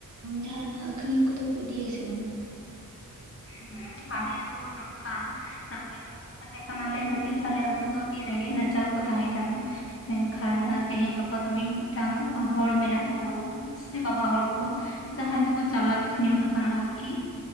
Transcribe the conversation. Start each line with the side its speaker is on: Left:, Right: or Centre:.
Right: ᱡᱟᱦᱟᱸ ᱱᱟᱜ ᱟᱹᱠᱷᱨᱤᱧ ᱠᱚᱫᱚ ᱠᱚ ᱤᱫᱤ ᱭᱟᱥᱮ ᱵᱟᱝ
Left: ᱦᱮᱸ ᱟᱞᱮ ᱫᱚ ᱱᱚᱝᱠᱟ ᱟᱨ ᱞᱟᱦᱟ ᱛᱮ ᱛᱟᱦᱮᱸ ᱠᱟᱱᱟ ᱞᱮ ᱟᱹᱰᱤ ᱟᱞᱮ ᱟᱹᱛᱩ ᱫᱚ ᱟᱹᱰᱤ ᱨᱮᱸᱜᱮᱡ ᱱᱟᱪᱟᱨ ᱠᱚ ᱛᱟᱦᱮᱸ ᱠᱟᱱᱟ ᱢᱮᱱ ᱠᱷᱟᱱ ᱛᱮᱦᱮᱧ ᱜᱟᱯᱟ ᱫᱚ ᱢᱤ-ᱢᱤᱫ ᱴᱟᱹᱝ ᱦᱚᱲ ᱢᱮᱱᱟᱜ ᱠᱚᱣᱟ ᱥᱮ ᱵᱟᱵᱟ ᱦᱚᱲ ᱠᱚ ᱡᱟᱦᱟᱸᱭ ᱫᱚ ᱠᱚ ᱪᱟᱞᱟᱠ ᱧᱚᱜ ᱟᱠᱟᱱᱟ ᱟᱨ ᱠᱤ